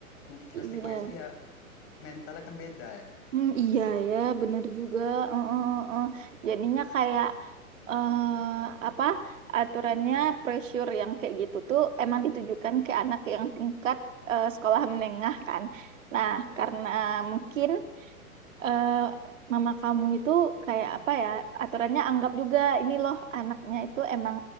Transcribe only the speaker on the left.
mungkin
kelas 5 SD ya mentalnya kan beda ya.
Iya.